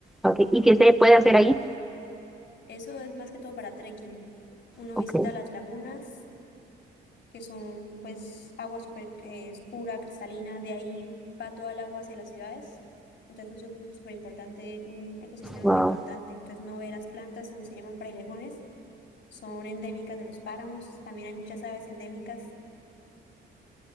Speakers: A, in the centre; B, on the left.
A: Okay. ¿Y qué se puede hacer ahí?
B: Eso es más que todo para trekking. Uno
A: Ok,
B: visita las lagunas, que son pues agua súper eh, pura, cristalina, de ahí va toda el agua hacia las ciudades. Entonces es un súper importante, un ecosistema
A: wow,
B: muy importante. Entonces no ve las plantas, son- se llaman frailejones, son endémicas de los páramos, también hay muchas aves endémicas.